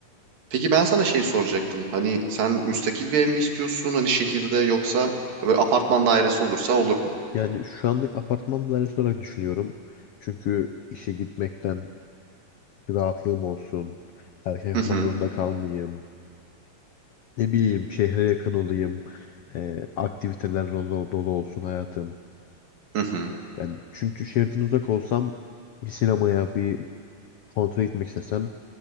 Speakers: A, on the right (about 85°); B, on the left (about 80°).
A: Peki ben sana şey soracaktım. Hani sen müstakil bir ev mi istiyorsun? Hani şehirde yoksa böyle apartman dairesi olursa olur mu?
B: Yani şu anlık apartman dairesi olarak düşünüyorum. Çünkü işe gitmekten bir rahatlığım olsun. Erken yatmak
A: Hı hı.
B: zorunda kalmayayım. Ne bileyim şehre yakın olayım. Ee, aktiviteler dolu, dolu olsun hayatım.
A: Hı hı.
B: Yani çünkü şehirden uzak olsam bir sinemaya bir konsere gitmek istesem